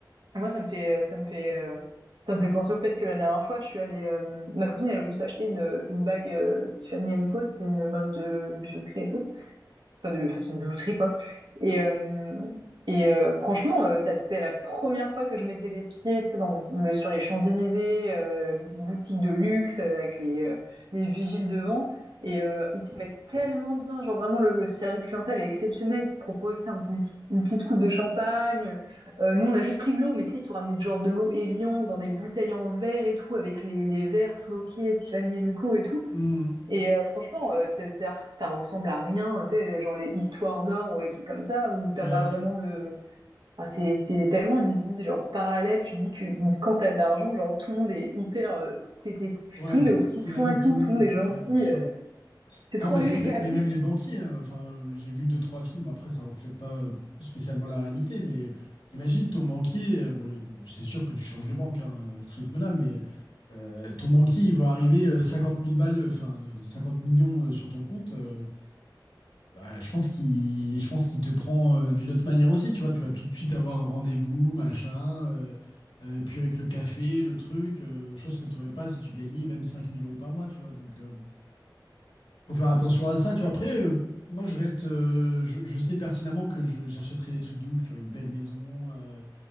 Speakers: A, on the right (about 70°); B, on the left (about 85°).
A: Moi, ça me fait, euh, ça me fait, euh, ça me fait penser au fait que la dernière fois, je suis allée, euh, ma copine, elle a voulu s'acheter une, une bague euh, Tiffany Co. C'est une marque de bijouterie et tout pas de façon de bijouterie quoi. Et euh, et euh, franchement, euh, c'était la première fois que je mettais les pieds, tu sais, dans le, sur les Champs-Élysées, euh, boutique de luxe euh, avec les euh, les vigiles devant. Et euh, ils te mettent tellement bien, genre vraiment le, le service clientèle est exceptionnel. Ils te proposent tu sais, un petit- une, petite coupe de champagne. Euh, nous on a juste pris de l'eau, mais tu sais ils t'ont ramené genre de l'eau Evian dans des bouteilles en verre et tout avec les, les verres floqués de Suanienko et tout.
B: Hmm.
A: Et euh, franchement, euh, c'est- c'est- ça ressemble à rien, tu sais, genre les histoires d'or ou les trucs comme ça, où t'as
B: Ouais,
A: pas vraiment de... Enfin, c'est c'est tellement une vie genre parallèle, tu dis que quand t'as de l'argent, genre tout le monde est hyper... euh, t'es- t'es-
B: ouais,
A: tout le monde est aux petits
B: t'es
A: soins
B: l'ami
A: et
B: de
A: tout,
B: tout le monde,
A: tout le monde est
B: ouais,
A: gentil,
B: bien sûr.
A: euh, c'est trop
B: Non, mais,
A: <laughs> agréable.
B: c'est- mais mais même les banquiers, hein. enfin, j'ai vu deux, trois films, après ça reflète pas euh, spécialement la réalité, mais t'imagines ton banquier, euh, bon, il- c'est sûr que tu changes de banque hein, à ce rythme-là, mais euh, ton banquier, il va arriver euh, 50 000 balles, euh, enfin, euh, 50 millions euh, sur ton compte, euh, bah, je pense qu'il, je pense qu'il te prend euh, d'une autre manière aussi, tu vois, tu vas tout de suite avoir un rendez-vous, machin, euh, euh, puis avec le café, le truc, euh, chose que t'aurais pas si tu gagnais même 5 000 euros par mois, tu vois, donc... euh, faut faire attention à ça, tu vois. Après, euh, moi, je reste, euh, je, je sais pertinemment que je- j'achèterai des trucs de ouf, tu vois, une belle maison, euh,